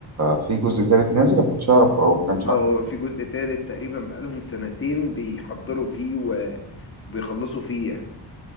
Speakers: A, on the right; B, on the left.
A: في جزء تالت نازل أنا ما كنتش اعرف او ما كانش
B: هو
A: اعرف
B: في جزء تالت تقريبا بقالهم سنتين بيحضروا فيه وبيخلصوا فيه يعني